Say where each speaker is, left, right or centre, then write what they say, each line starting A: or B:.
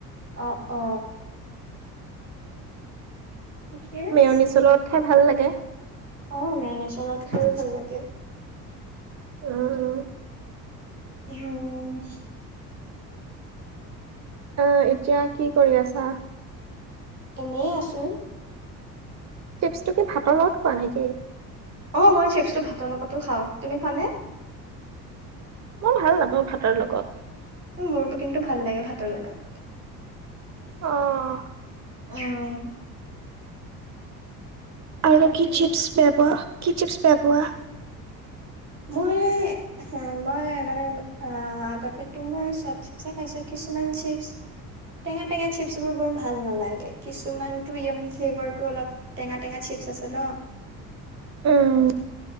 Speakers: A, on the right; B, on the right.
A: অ অ। ঠিকে
B: মেয়নিচৰ
A: আছে
B: লগত খায় ভাল লাগে।
A: অ মেয়নিচৰ লগত খায়ও ভাল লাগে।
B: উম
A: উম।
B: অঁ এতিয়া কি কৰি আছা?
A: এনেই আছো।
B: চিপছটো কি ভাতৰ লগত খোৱা নে কি?
A: অ মই চিপছটো ভাতৰ লগতো খাওঁ, তুমি খোৱানে?
B: মই ভাল নাপাওঁ ভাতৰ লগত।
A: মোৰ কিন্তু ভাল লাগে ভাতৰ লগত।
B: অঁহ।
A: উম'।
B: আৰু
A: তাকে
B: কি চিপছ বেয়াপোৱা? কি চিপছ বেয়া পোৱা?
A: মই, মই মানে আ অ' আগতেটো মই চব চিপছে খাইছো কিছুমান চিপছ টেঙা টেঙা চিপছ বোৰ মোৰ ভাল নালাগে, কিছুমান য়াম ফ্লেভাৰটো অলপ টেঙা টঙা চিপছ্ আছে ন'।
B: উম।